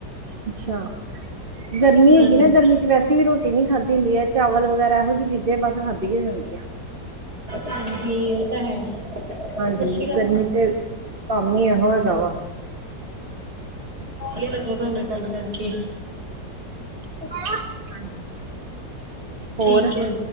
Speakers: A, on the right; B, on the right.
A: ਅੱਛਾ, ਗਰਮੀ
B: ਹਾਂਜੀ
A: ਹੈਗੀ ਨਾ, ਗਰਮੀ ਚ ਵੈਸੇ ਵੀ ਰੋਟੀ ਰੋਟੀ ਨਹੀਂ ਖਾਧੀ ਹੁੰਦੀ ਹੈ, ਚਾਵਲ ਵਗੈਰਾ, ਇਹੋ ਜਿਹੀ ਚੀਜ਼ਾਂ, ਬਸ ਖਾਧੀਆਂ ਜਾਂਦੀਆਂ।
B: ਹਾਂਜੀ, ਇਹ ਤਾਂ ਹੈ।
A: ਹਾਂਜੀ,
B: ਸਤਿ ਸ਼੍ਰੀ ਅਕਾਲ
A: ਗਰਮੀ ਤੇ ਕੰਮ ਹੀ, ਇਹੋ ਹੈਗਾ ਵਾ।
B: ਵਧੀਆ ਲੱਗਾ, ਤੁਹਾਡੇ ਨਾਲ ਗੱਲ ਕਰਕੇ।
A: <unintelligible>
B: ਠੀਕ
A: ਹੋਰ
B: ਹੈ।